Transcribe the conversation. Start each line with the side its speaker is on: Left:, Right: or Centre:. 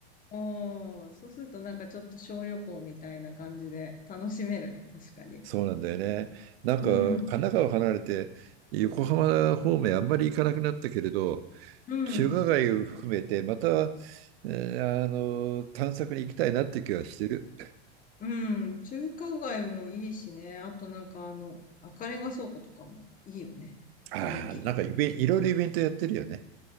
Left: おー、そうするとなんかちょっと小旅行みたいな感じで楽しめるね、確かに。
Right: そうなんだよね。なんか、
Left: うん、
Right: 神奈川離れて、横浜方面あんまり行かなくなったけれど、
Left: うん、
Right: 中華街を含めて、また、えーあの、探索に行きたいなって気はしてる。
Left: うん。中華街もいいしね。あとなんかあの、赤レンガ倉庫とかもいいよね。
Right: ああ、
Left: 雰囲気が。
Right: なんかイベン、いろいろイベントやってるよね。